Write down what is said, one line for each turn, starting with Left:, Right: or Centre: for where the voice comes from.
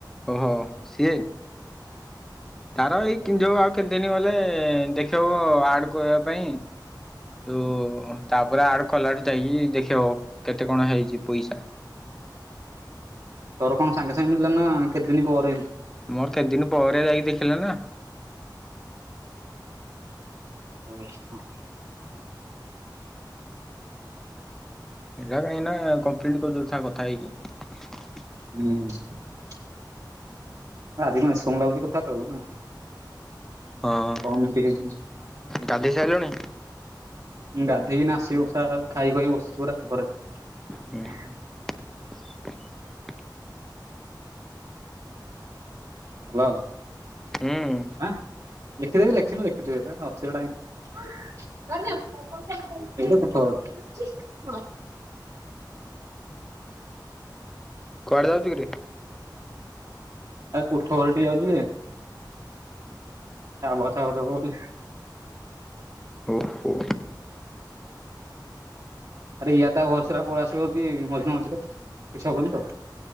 Centre: ଓହୋ ସିଏ ତାର ଏଇ କିଂ ଯୋଉ ଆଉ କେତେଦିନ ଗଲେ ଏ ଦେଖେବ ଆଡ୍ କରିଆ ପାଇଁ। ଯୋଉ ତାପରେ ଆଡ୍ କଲାଡୁ ଯାଇକି ଦେଖେବ କେତେ କଣ ହେଇଚ଼ି ପଇସା।
Right: ତର କଣ ସାଙ୍ଗେ ସାଙ୍ଗେ ମିଲିଲା ନା କେତ ଦିନି ପରେ?
Centre: ମୋର କେ ଦିନି ପରେ ଯାଇକି ଦେଖିଇଲା ନା।
Right: ଓ ହଁ।
Centre: ଏଇଟା କାହିଁ ନା କମ୍ପ୍ଲିଟ୍ କ <unintelligible> କଥା ହେଇକି।
Right: ଉୁଁ। ଆ ଆଜି କଣ ଏସମୟ ଲାଗୁଚ଼ି କ ଥା ଥବୁନା ଛଅ
Centre: ହଁ
Right: ମିନ୍‌ଟି ହେଇଚ଼ି।
Centre: ଗାଧେଇ ସାରିଲଣି
Right: ମୁଁ ଗାଧେଇକି ନା ଆସିବ ସା ଖାଇ ଖୁଆଇକି ବସିଚିପରା ଖରାରେ।
Centre: ହୁଁ <inaudible>
Right: ଆଲୋ
Centre: ହୁଁ।
Right: ଆଁ ଲେଖିଦେବି ଲେଖିନି ଲେଖିଦେବି ଏଟା ଅ ସେରଟା କାଇଁ, କୁଆଡେ ଯାଉୁଚୁ? ଏଇଟା କୋଠଅର। <unintelligible>
Centre: କୁଆଡେ ଯାଉଚୁ କିରେ?
Right: ଆ ଏ କୋଠ ଘର ଟିକେ ଯାଉଛି ଏ। ତା ବର୍ଷା ଫର୍ଷା ହଉଚ଼ି।
Centre: ଓ ହୋ।
Right: ଆରେ ଇୟା ତା ଘସ୍ ରା ପଳେଇ ଆସିବ କି ମଝିରେ ମଝିରେ କିଛି ହବନି ତ?